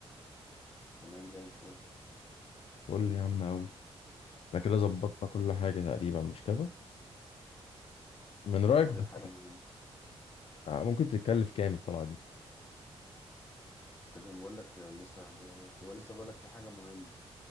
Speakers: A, on the left; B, on the left.
A: تمام زي الفل
B: فقول لي يا عم قوي احنا كده ظبطنا
A: حلو
B: كل حاجه تقريبا مش كده من
A: لا
B: رايك
A: فاضل
B: ده
A: حاجة مهمة
B: ممكن تتكلف كام الطلعه دي
A: كنت اللي بقول لك لسه كنت بقول- لسه بقول لك في حاجة مهمة